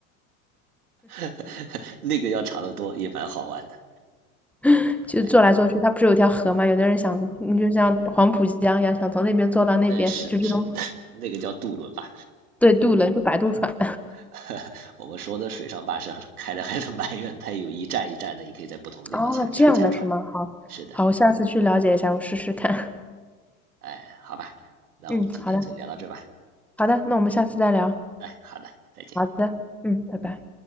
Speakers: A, on the right (about 80°); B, in the centre.
A: <laughs> 那个要长得多，也蛮好玩的。
B: <laughs> 就坐来坐去。
A: 哎，
B: 它不是有条河吗？有的人想，你就像黄浦江一样，想从那边坐到那边，
A: 呃，是的，
B: 就这种
A: 是的，那个叫渡轮吧。
B: 对渡轮，就摆渡船。
A: <laughs> 我们说的水上巴士开的还是蛮远的，它有一站一站的，你可以在不同的地方下船下船。
B: 哦，这样的是吗？好，
A: 是的，
B: 好，我下次去了解一下，我试试看。
A: 哎，好吧，
B: <laughs>
A: 那我们今天就聊到这吧。
B: 嗯，好的，好的，那我们下次再聊。
A: 哎，好的，再见。
B: 好的，嗯，拜拜。